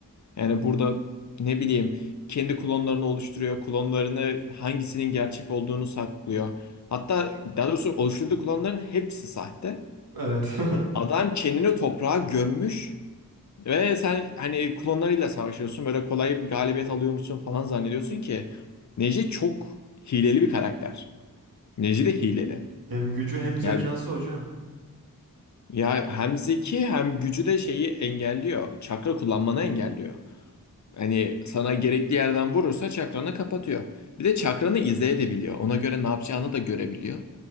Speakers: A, on the left; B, on the right.
A: Yani burada ne bileyim kendi klonlarını oluşturuyor. Klonlarını hangisinin gerçek olduğunu saklıyor. Hatta daha doğrusu oluşturduğu klonların hepsi sahte.
B: Evet.
A: Adam kendini toprağa gömmüş ve sen hani klonlarıyla savaşıyorsun. Böyle kolay bir galibiyet alıyormuşsun falan zannediyorsun ki Neji çok hileli bir karakter. Neji de hileli.
B: <laughs> Hem gücü hem zekası
A: Ya
B: hocam.
A: ya hem zeki hem gücü de şeyi engelliyor. Çakra kullanmanı engelliyor. Hani sana gerekli yerden vurursa çakranı kapatıyor. Bir de çakranı izleyebiliyor. Ona göre ne yapacağını da görebiliyor.